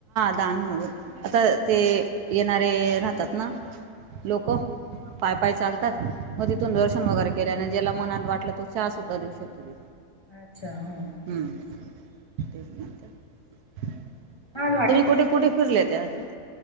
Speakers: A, on the right (about 75°); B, on the left (about 20°).
A: दानम्हणून आता ते येणारे राहतात ना. लोक पाय, पाय चालतात व तिथून दर्शन वगैरे ज्याला मनाला वाटलं तो चहा सुद्धा देऊ शकतो तिथ.
B: अच्छा हं!
A: हम्म. तेच म्हटलं.
B: छान
A: तुम्ही कुठे कुठे फिरले ते अजून.